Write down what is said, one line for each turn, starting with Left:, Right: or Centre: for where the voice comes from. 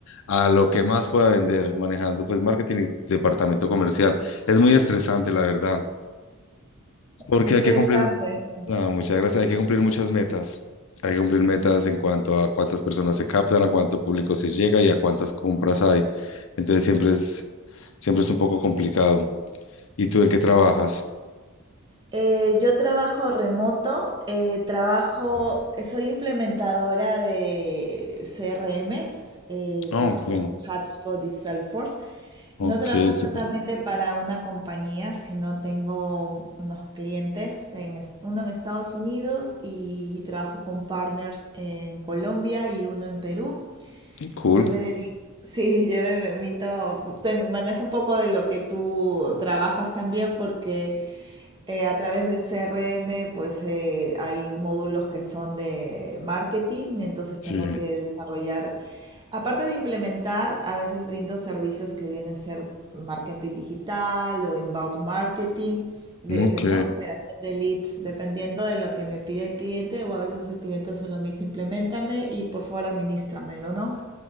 Left: a lo que más pueda vender manejando pues marketing y departamento comercial. Es muy estresante, la verdad, porque
Right: Qué interesante.
Left: hay que cumplir, ah, muchas gracias, hay que cumplir muchas metas. Hay que cumplir metas en cuanto a cuántas personas se captan, a cuánto público se llega y a cuántas compras hay. Entonces siempre es, siempre es un poco complicado. ¿Y tú en qué trabajas?
Right: Eh, yo trabajo remoto, eh, trabajo, soy implementadora de CRMs, eh,
Left: Ah,
Right: trabajo
Left: ok,
Right: con Hubspot y Salesforce.
Left: ok,
Right: No trabajo exactamente
Left: súper.
Right: para una compañía, sino tengo unos clientes, en, es- uno en Estados Unidos y trabajo con partners en Colombia y uno en Perú.
Left: Cool.
Right: Yo me dedico, <laughs> sí, yo me permito, ten- manejo un poco de lo que tú trabajas también porque eh, a través del CRM, pues eh, hay módulos que son de marketing, entonces
Left: Sí,
Right: tengo que desarrollar, aparte de implementar, a veces brindo servicios que vienen a ser marketing digital o inbound marketing, de,
Left: ok,
Right: gen- ¿no? Generación de leads, dependiendo de lo que me pide el cliente o a veces el cliente solo me dice, implementame y por favor administramelo, ¿no?